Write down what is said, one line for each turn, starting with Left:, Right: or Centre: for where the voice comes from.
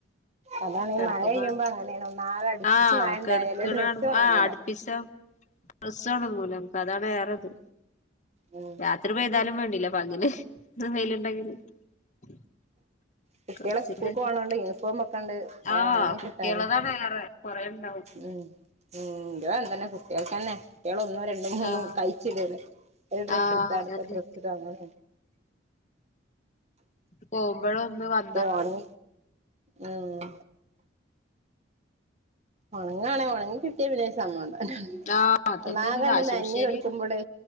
Right: അതാണ്
Left: കെടക്കുമ്പോ
Right: മഴ കഴഞ്ഞുമ്പണല്ലണം നാളെ അടുപ്പിച്ച്
Left: ആഹ്
Right: മഴ ഇണ്ടായല്
Left: കെടക്കണ
Right: ഡ്രസ്സ്
Left: കാണുമ്പോ
Right: ഓണങ്ങൂല
Left: ആഹ് അടുപ്പിച്ച ഡ്രസ്സ് ഒണങ്ങൂല നമക്ക് അതാണ് ഏറത്
Right: ഉം
Left: രാത്രി പെയ്താലും വേണ്ടില്ല പകല് വെയിൽണ്ടെങ്കില് <unintelligible>
Right: കുട്ടികള് സ്കൂൾക്ക് പോണോണ്ട് യൂണിഫോം ഒക്കെ ഉണ്ട് വേഗം
Left: ആഹ്
Right: ഉണങ്ങി
Left: കുട്ടികൾടെ
Right: കിട്ടാന്
Left: താണ് ഏറെ കൊറെ ഉണ്ടാവും
Right: ഉം ഉം ഇതും അങ്ങനെ തന്നെ കുട്ടികൾ തന്നെ കുട്ടികൾ ഒന്നും രണ്ടും മൂന്നും
Left: ആഹ്
Right: കഴിച്ചിടല് എ ഡ്രസ്സ്
Left: ആഹ്
Right: എടു അടുത്ത
Left: അതന്നെ
Right: ഡ്രസ്സ് അങ്ങന
Left: പോവുമ്പളും ഇതും
Right: എന്താ പണി ഉം ഉണങ്ങാണ ഉണങ്ങി കിട്ടിയ പിന്നെ സമാധാനാ
Left: ആഹ് അതന്നെ
Right: ഒന്നാകെ
Left: ഇത് വാഷിംഗ്
Right: നനഞ്ഞ്
Left: മെഷീന്
Right: കൊടുക്കുമ്പോട്